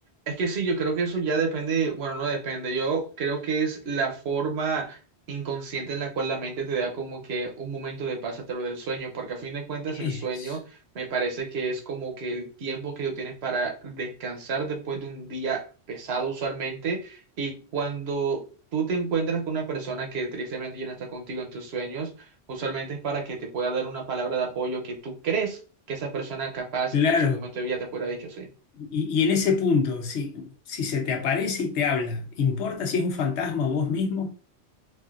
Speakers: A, on the right; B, on the left.
A: Es que sí, yo creo que eso ya depende, bueno, no depende, yo creo que es la forma inconsciente en la cual la mente te da como que un momento de paz a través del sueño, porque a fin de cuentas el
B: Eso.
A: sueño me parece que es como que el tiempo que tú tienes para descansar después de un día pesado usualmente, y cuando tú te encuentras con una persona que tristemente ya no está contigo en tus sueños, usualmente es para que te pueda dar una palabra de apoyo que tú crees que esa persona capaz
B: Claro.
A: en su momento de vida te pueda haber dicho, sí.
B: Y, y en ese punto, si, si se te aparece y te habla, ¿importa si es un fantasma o vos mismo?